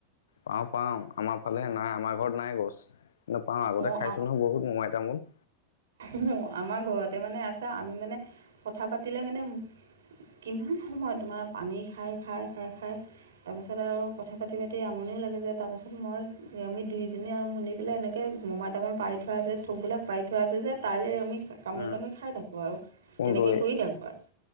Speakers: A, on the left; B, on the right.
A: পাওঁ-পাওঁ আমাৰ ফালে <unintelligible> <unintelligible> নাই আমাৰ ঘৰত নাই গছ। কিন্তু পাওঁ আগতে
B: অঁ
A: খাইছোঁ নহয় বহুত মোমাই তামোল। <unintelligible>
B: <unintelligible> আমাৰ ঘৰতে মানে আছে আমি মানে কথা পাতিলে মানে কিমান সময় তোমাৰ পানী খাই-খাই-খাই-খাই <unintelligible> তাৰপিছত আৰু কথা পাতি-পাতি আমনিও লাগি যায়। তাৰপিছত মই আমি দুইজনী আৰু মিলি পেলাই এনেকৈ <unintelligible> <unintelligible> মোমাই তামোল পাৰি থোৱা আছে থোকবিলাক, পাৰি থোৱা আছে যে তাৰে আমি কামুৰি-কামুৰি
A: উম,
B: খাই থাকোঁ আৰু
A: কোনটো
B: তেনেকৈ কৰি থাকোঁ আৰু। <unintelligible>